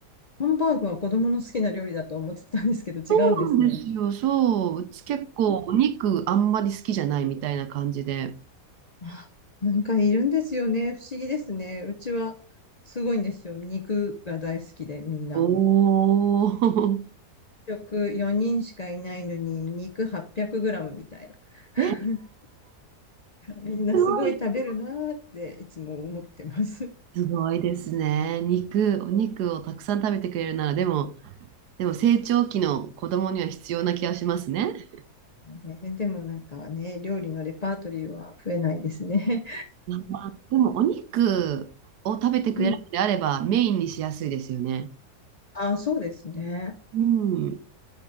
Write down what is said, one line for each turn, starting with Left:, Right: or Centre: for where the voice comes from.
Left: ハンバーグは子供の好きな料理だと思ってたんですけど、
Right: そうなんですよ。
Left: 違うんですね。
Right: そう。うち結構お肉あんまり好きじゃないみたいな感じで。
Left: <laughs> なんかいるんですよね。不思議ですね。うちはすごいんですよ。肉が大好きで、みんな。
Right: おー。
Left: 食4人しかいないのに、肉800グラムみたいな。<laughs>
Right: <laughs> え、
Left: みんなすごい食べるなーっていつも思ってます。
Right: すごい。すごいですね。肉、お肉をたくさん食べてくれるなら、でも、でも成長期の子供には必要な気がしますね。
Left: ね、でもなんかね、料理のレパートリーは増えないですね。
Right: まあでも、お肉を食べてくれるのであれば、
Left: <laughs> うん。
Right: メインにしやすいですよね。
Left: あ、そうですね。
Right: うん。